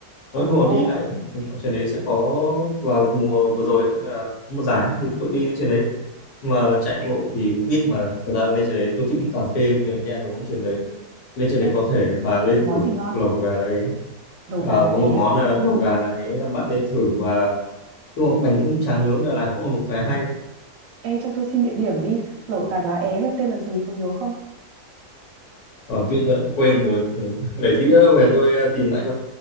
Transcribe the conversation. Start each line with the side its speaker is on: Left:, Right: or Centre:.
Left: nói
Right: Ồ,
Left: chung là đi lại ở trên đấy sẽ có vào mùa vừa rồi là một giải thì tôi đi lên trên đấy mà chạy bộ thì cũng biết mà thật ra lên trên đấy tôi thích đi cà phê cũng như là đi ăn uống trên đấy lên trên đấy
Right: ê,
Left: có thể bà lên
Right: có món
Left: thử
Right: gì ngon?
Left: lẩu gà đấy
Right: Lẩu
Left: Ờ,
Right: gà lá
Left: có một
Right: é
Left: món
Right: à?
Left: là lẩu gà đấy là bạn nên thử và chung là bánh tráng nướng Đà Lạt cũng là một cái hay
Right: Ê, cho tôi xin địa điểm đi. Lẩu gà lá é là tên là gì, có nhớ không?
Left: ờ, tuyên tôi quên rồi để tí nữa về tôi ờ, tìm lại cho